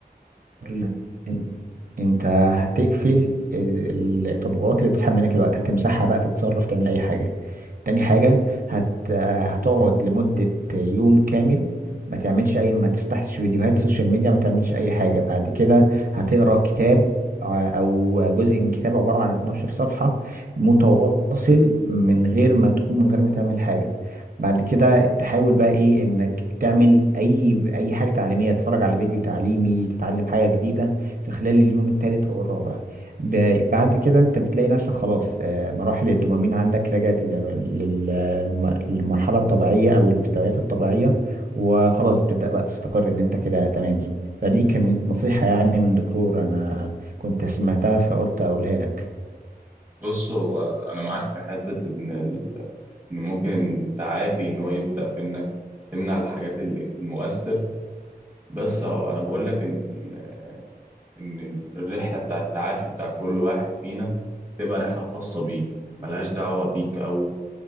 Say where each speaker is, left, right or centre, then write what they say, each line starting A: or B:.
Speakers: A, on the right (about 55°); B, on the right (about 15°).
A: ال- إن- انت هتقفل ال- التطبيقات اللي بتسحب منك الوقت هتمسحها بقى تتصرف تعمل اي حاجه تاني حاجة هت... آه، هتقعد لمدة يوم كامل ما تعملش أي ما تفتحش فيديوهات سوشيال ميديا ما تعملش أي حاجة بعد كده هتقرأ كتاب آه، أو جزء من كتاب عبارة عن 12 صفحة متواصل من غير ما تقوم من غير ما تعمل حاجة بعد كده تحاول بقى إيه إنك تعمل أي أي حاجة تعليمية تتفرج على فيديو تعليمي تتعلم حاجة جديدة في خلال اليوم الثالث أو الرابع ب- بعد كده انت بتلاقي نفسك خلاص آه، مراحل الدوبامين عندك رجعت ل- لل- للم- للمرحلة الطبيعية او المستويات الطبيعية وخلاص بتبدأ بقى تستقر ان انت كده تمام يعني فدي كانت نصيحة يعني من دكتور انا كنت سمعتها فقلت اقولها لك
B: بص هو انا معاك في حته ان ال- ان ممكن التعافي ان هو يبدا بانك تمنع الحاجات اللي المؤثر بس هو انا بقول لك ان ان الرحله بتاع التعافي بتاع كل واحد فينا تبقى رحله خاصه بيه ملهاش دعوه بيك او